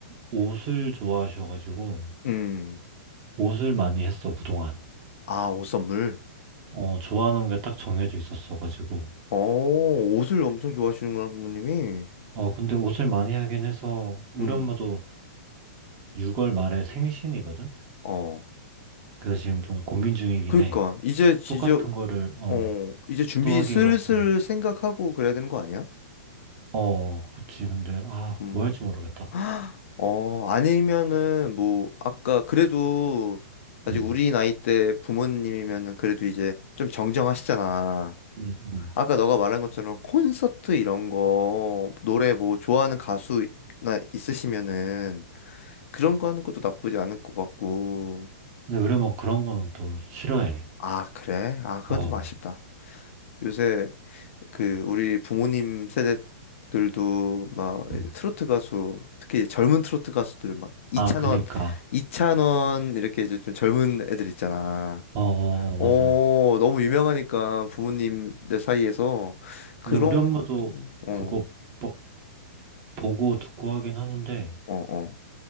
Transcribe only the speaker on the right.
옷을 좋아하셔가지고,
옷을 많이 했어, 그동안.
어, 좋아하는 게 딱 정해져 있었어가지고.
어, 근데 옷을 많이 하긴 해서, 우리
엄마도 6월 말에 생신이거든?
그래서 지금 좀 고민 중이긴
해.
똑같은 거를, 어,
또 하기가
좀,
어, 그치. 근데, 아,
뭐 할지 모르겠다.
음,
음, 음.
근데 우리 엄마 그런 거는 또 싫어해.
어,
음.
아, 그니까.
어, 어, 어, 맞아.
근데 우리 엄마도
그거 막 보고 듣고 하긴 하는데,